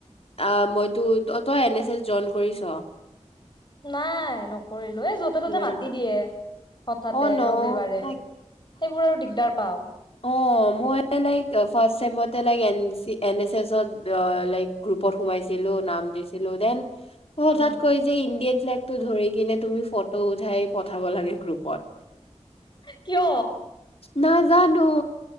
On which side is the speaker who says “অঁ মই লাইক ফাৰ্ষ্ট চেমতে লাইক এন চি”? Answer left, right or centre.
Left